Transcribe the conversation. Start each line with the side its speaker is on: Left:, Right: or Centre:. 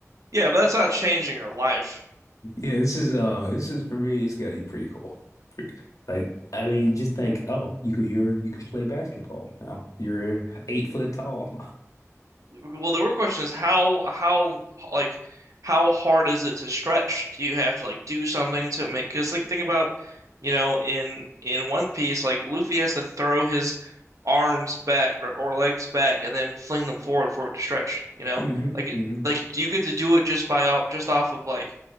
Right: Yeah, but that's not changing your life.
Left: Yeah, this is uh this is for me it's gotta be pretty cool. Pretty- Like I mean just think, oh, you could you're you can play basketball now. You're eight foot tall.
Right: Well, the real question is how how like how hard is it to stretch? Do you have to like do something to make? Because like think about you know in in One Piece like Luffy has to throw his arms back or, or legs back and then fling them forward for it to stretch. You know
Left: <laughs> hmm
Right: like it,
Left: hmm
Right: like do you get to do it just by off just off of like